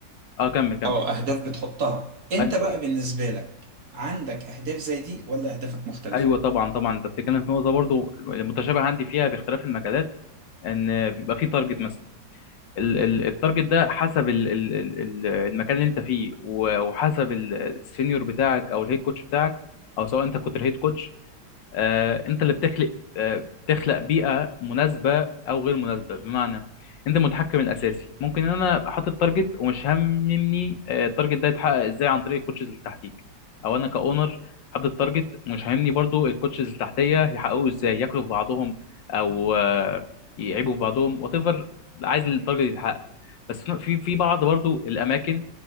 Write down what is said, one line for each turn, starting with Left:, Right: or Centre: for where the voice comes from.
Left: اه كمل كمل
Right: اه اهداف بتحطها انت
Left: ايوه
Right: بقى
Left: ايوه
Right: بالنسبة لك عندك اهداف زي دي ولا اهدافك مختلفة؟
Left: ايوه طبعا طبعا انت بتتكلم في نقطه برضو المتشابه عندي فيها باختلاف المجالات ان بيبقى في تارجت مثلا ال- ال- التارجت ده حسب ال- ال- ال- ال- المكان اللي انت فيه و- وحسب ال- السينيور بتاعك او الهيد كوتش بتاعك او سواء انت كنت الهيد كوتش آه، انت اللي بتخلق آه، بتخلق بيئه مناسبه او غير مناسبه بمعنى انت المتحكم الاساسي ممكن ان انا ابقى حاطط تارجت ومش هاممني آه، التارجت ده يتحقق ازاي عن طريق الكوتشز اللي تحتيك او انا كاونر حاطط تارجت ومش هاممني برضو الكوتشز اللي تحتيه يحققوه ازاي ياكلوا في بعضهم او آه، يعيبوا في بعضهم وات ايفر عايز التارجت يتحقق بس في في في بعض برضو الاماكن